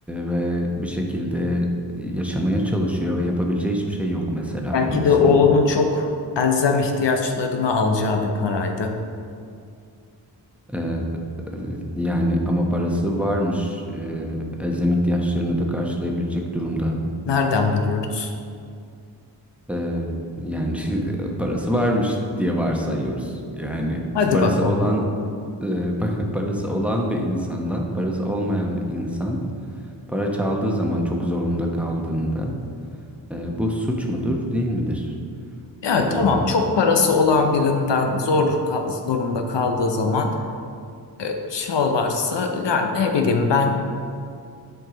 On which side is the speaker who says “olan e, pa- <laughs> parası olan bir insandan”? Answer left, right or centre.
Centre